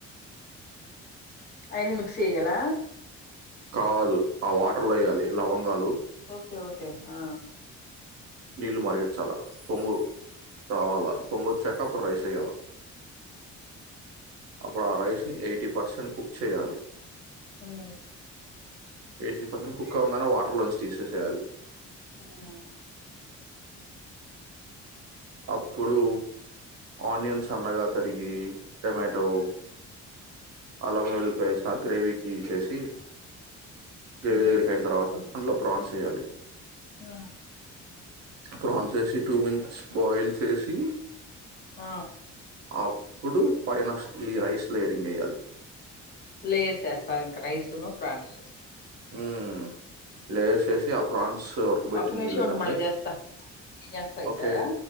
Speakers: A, on the left; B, on the right.
A: ఆయన్ని మిక్స్ చేయ్యాల
B: కాదు ఆ వాటర్ లో వేయ్యాలి లవంగాలు
A: ఓకే ఓకే ఆ
B: నీళ్లు మరిగిచ్చాల పొంగు రావాల పొంగ వచ్చాక అప్పుడు రైస్ ఏయ్యాల అప్పుడు ఆ రైస్ ని ఎయిటీ పర్సెంట్ కుక్ చేయాలి
A: మ్మ్
B: ఏసీ పర్సన్ కుక్ అవ్వంగానే వాటర్ లోంచి తీసేసేయాలి
A: మ్మ్
B: అప్పుడు ఆనియన్స్ సన్నగా తరిగి టమాటో అల్లం వెల్లిపాయ వేస్తా గ్రేవీకి చేసి గ్రేవీ అయిన తర్వాత అందులో ప్రాన్స్ ఎయ్యాలి
A: ఆ
B: ప్రాన్స్ వేసి టూ మినిట్స్ బాయిల్ చేసి
A: ఆ
B: అప్పుడు పైన ఈ రైస్ లేయరింగ్ వేయ్యాలి
A: లేయర్స్ వేస్తారు ఇంకా రైసును ప్రాన్స్
B: ఉమ్ లేయర్సేసి ఆ ప్రన్ సు ఉడక పెట్టిన్
A: ఒక్క నిమిషం
B: నీళ్ళు
A: ఉండు
B: కానీ
A: మళ్ళా చేస్తా నేను చేస్తా
B: ఓకే
A: ఈసారా